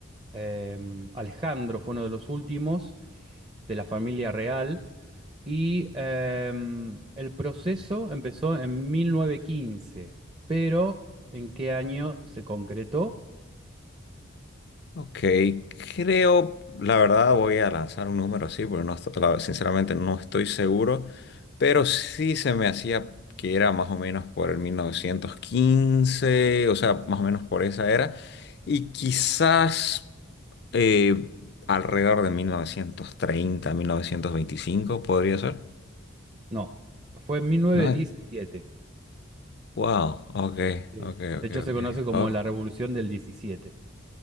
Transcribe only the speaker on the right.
em, Alejandro fue uno de los últimos de la familia real. Y em, el proceso empezó en 1915. pero ¿en qué año se concretó?
No, fue en 1917.
Sí.
De hecho, se
conoce como
la Revolución del 17.